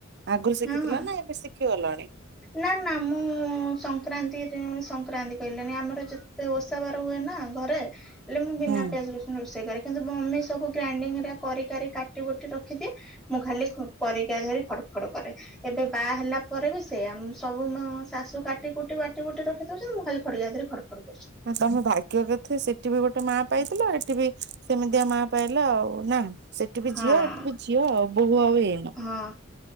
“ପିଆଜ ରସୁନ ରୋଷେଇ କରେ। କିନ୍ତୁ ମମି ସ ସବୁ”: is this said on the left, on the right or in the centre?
Centre